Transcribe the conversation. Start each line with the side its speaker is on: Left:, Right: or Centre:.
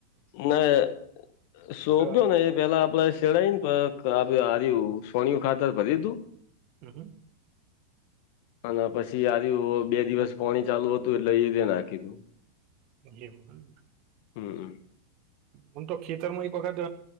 Left: નાને સોંપ્યો
Right: હ
Left: ને એ પેલા આપડે. ચડાઈને આ આ રયુ સોનિયું ખાતર ભરી દુ.
Right: હમ.
Left: અને પછી આ રયુ બે દિવસ પોણી ચાલુ હતું એટલે ઈરયા નાખી દું.
Right: એવું હમ ને.
Left: હમ્મ.
Right: હું તો ખેતરમાં એક વખદ.